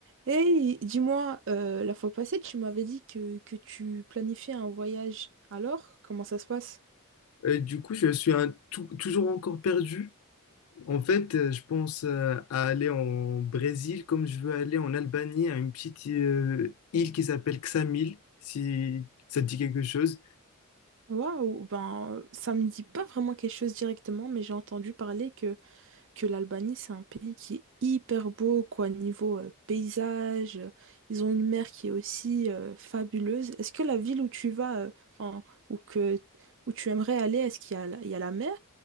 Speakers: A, on the right; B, on the left.
A: Hey, dis-moi, euh, la fois passée, tu m'avais dit que, que tu planifiais un voyage. Alors, comment ça se passe?
B: Euh, du coup, je suis un tou- toujours encore perdu. En fait, euh, je pense euh, à aller en Brésil comme je veux aller en Albanie, à une petite euh, île qui s'appelle Ksamil, si ça te dit quelque chose.
A: Waouh, ben ça me dit pas vraiment quelque chose directement, mais j'ai entendu parler que, que l'Albanie, c'est un pays qui est hyper beau, quoi, niveau euh, paysage. euh, Ils ont une mer qui est aussi euh, fabuleuse. Est-ce que la ville où tu vas, euh, enfin, ou que où tu aimerais aller, est-ce qu'il y a, il y a la mer?